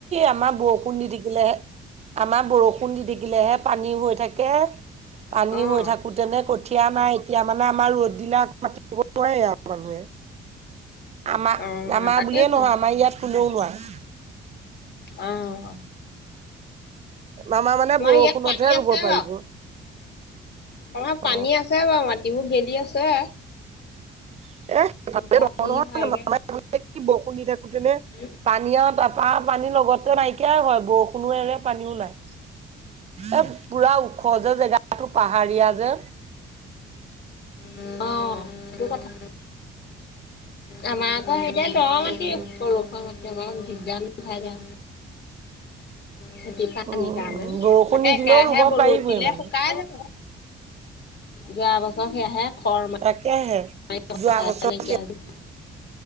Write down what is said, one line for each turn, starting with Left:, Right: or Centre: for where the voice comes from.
Right: আমাৰ বহু বষুণ দি থাকিলে আমাৰ বৰষুণ দি থাকিলেহে পানী হৈ থাকে। পানী
Left: অঁ
Right: হৈ থাকোতেনে ক কঠিয়া নাই এতিয়া মানে আমাৰ ৰ'দ বিলাক মাতিব নোৱাৰে আৰু মানুহে। আমাৰ
Left: অঁ
Right: আমাৰ
Left: তাকেহে
Right: বুলিয়ে নহয় আমাৰ ইয়াত কোনেও নোৱাৰে।
Left: অহ।
Right: মামা মানে বৰষুণতহে
Left: ইয়াত পানী আছে
Right: ৰুব পাৰিব।
Left: বাৰু আমাৰ
Right: অ
Left: পানী আছে বাৰু মাটিবোৰ গেলি আছে।
Right: <unintelligible> এ নহয়
Left: এতিয়া কি হয়গে
Right: বৰষুন দি থাকোতেনে
Left: উম,
Right: পানীয় তাৰপৰা। পানীৰ লগতে নাইকিয়াই হয়, বৰষুণো এৰে পানীও নাই এ পুৰা ওখ যে জেগাটো পাহাৰীয়া যে।
Left: অ সেইটো কথা। আমাৰ আকৌ,
Right: উম
Left: হে এতিয়া দ
Right: সেইটোৱে
Left: মাটি পলখোৱা মাটি। <unintelligible> জাব ঠিক যান ন খাই যায় খেতি পানীৰ
Right: উম
Left: কাৰণে,
Right: বৰষুণ
Left: তাকে
Right: নিদিলেও
Left: একেৰাহে
Right: ৰুব
Left: ৰদ
Right: পাৰিবই
Left: দিলে
Right: মানে
Left: শুকাই যাব। যোৱা বছৰ সেয়াহে। খৰ
Right: তাকে হে।
Left: মাৰি
Right: যোৱা বছৰে,
Left: নাইকিয়া হৈছে